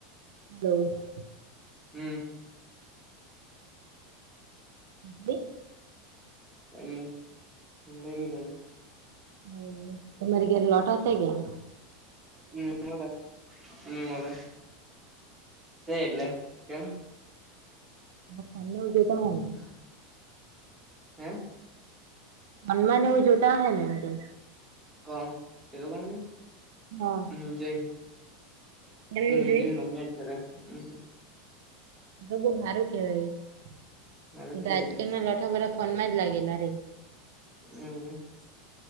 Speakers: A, on the right; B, in the centre.
A: તો
B: હમ
A: હમ
B: હમ હુકઈનહિ જાણતો.
A: હમ તમારી ઘરે લોટા હતા કેમ.
B: હું મળ હું મળ છે એટલે કેમ.
A: <inaudible>
B: <unintelligible> હમ
A: હનુમાન એવું જોતા હ ને એમ કેમ.
B: કણ તલોકોણ કે
A: હા
B: હું જઈ
A: કેમ
B: હું
A: ની
B: જઈ નીચે
A: જોઈ
B: રમ્યા જ કર્યારે હ
A: તો બહુ સારું કેવાય
B: આવે કેવી
A: આજકાલ
B: ગેમ
A: ના લઠા બધા ફોન માં જ લાગેલા રે.
B: <unintelligible>